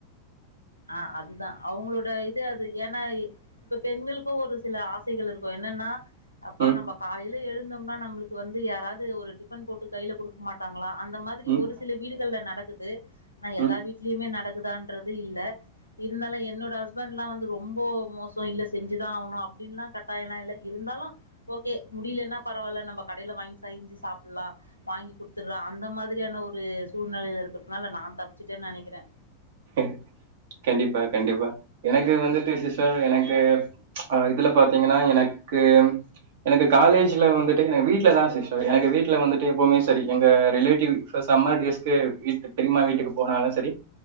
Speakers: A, on the left; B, on the right.
A: ஆஹ் அதுதான் அவங்களோட இது அது ஏன்னா இப்ப பெண்களுக்கும் ஒரு சில ஆசைகள் இருக்கும் என்னன்னா அப்பா
B: ம்,
A: நம்ம காலையில எழுந்த னா நம்மளுக்கு வந்து யாராவது ஒரு டிஃபன் போட்டு கையில கொடுக்க மாட்டாங்களா அந்த அந்த மாதிரி
B: ம்,
A: ஒரு சில வீடுகள்ல நடக்க நடக்குது நா எல்லா
B: ம்.
A: வீட்லியுமெ நடக் குதான்றது இல்லே இருந்தாலு என்னோட ஹஸ்பண்லா வந் தூ ரொம்போ மோசோ இல்லெ செஞ்சிதா ஆவுணு அப்டின்ல்லா கட்டாயால்லா இல்லை இருந்தாலு ஓகே முடிலெனா பரவால்லெ நம்பொ கடலெ வாங் செய்ஞ்சி சாப்புல்லா வாங்கி குத்துற்றா அந்தம் மாதிரியான ஒரூ சூழ்நிலையிலெருக்கத்னாலெ நா தப்ச்சிட்டேன் நெனகிறே
B: ஹ கண்டிப்பா கண்டிப்பா எனக்கு வந்துட்டு சிஸ்டர் எனக்கூ ஆஹ் இதுல பாத்தீங்கினா எனக்கூ எனக்கு காலேஜ்லெ வந்துட்டு எனக்கு வீட்டுலெதாசு ஷரி எனக்கு வீட்ல வந்துட்டு எப்போமெ சரி எங்கே ரிலேட்டிவ் சொ சம்மர் டேஸ்க்கு வீட்டு பெரிம்மா வீட்டுக்கு போனாலு சரி